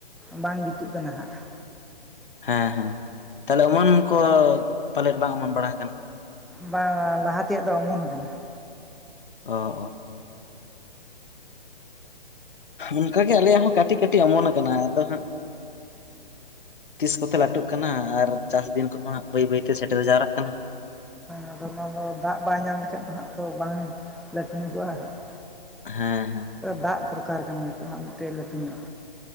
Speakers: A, in the centre; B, on the left (about 60°).
A: ᱾ ᱵᱟᱝ ᱡᱩᱛᱩᱜ ᱠᱟᱱᱟ ᱦᱟᱸᱜ ᱾
B: ᱦᱮᱸ ᱦᱮᱸ ᱛᱟᱞᱮ ᱚᱢᱚᱱ ᱠᱚ ᱯᱟᱞᱮᱫ ᱵᱟᱝ ᱚᱢᱚᱱ ᱵᱟᱲᱟ ᱠᱟᱱᱟ ᱾
A: ᱵᱟᱝᱼᱟ ᱞᱟᱦᱟ ᱛᱮᱭᱟᱜ ᱫᱚ ᱚᱢᱚᱱ ᱠᱟᱱᱟ ᱾
B: ᱚ ᱚ ᱚᱝᱠᱟᱜᱮ ᱟᱞᱮᱭᱟᱜ ᱦᱚᱸ ᱠᱟᱹᱴᱤᱡ ᱠᱟᱹᱴᱤᱡ ᱚᱢᱚᱱ ᱟᱠᱟᱱᱟ ᱟᱫᱚ ᱦᱟᱸᱜ ᱛᱤᱥ ᱠᱚᱛᱮ ᱞᱟᱹᱴᱩᱜ ᱠᱟᱱᱟ ᱟᱨ ᱪᱟᱥ ᱫᱤᱱ ᱠᱚᱦᱚ ᱦᱟᱸᱜ ᱵᱟᱹᱭ ᱵᱟᱹᱭ ᱛᱮ ᱥᱮᱴᱮᱨ ᱡᱟᱣᱨᱟᱜ ᱠᱟᱱᱟ
A: ᱟᱫᱚ ᱚᱱᱟ ᱫᱚ ᱫᱟᱜ ᱵᱟᱭ ᱧᱟᱢ ᱞᱮᱠᱷᱟᱱ ᱦᱟᱸᱜ ᱫᱚ ᱵᱟᱝ ᱞᱟᱹᱴᱩ ᱧᱚᱜᱚᱜᱼᱟ ᱦᱟᱸᱜ <inaudible>
B: ᱦᱮᱸ ᱦᱮᱸ
A: ᱫᱟᱜ ᱫᱚᱨᱠᱟᱨ ᱠᱟᱱᱟ ᱱᱤᱛᱚᱜ ᱢᱤᱫᱴᱮᱱ ᱞᱟᱹᱴᱩ ᱧᱚᱜ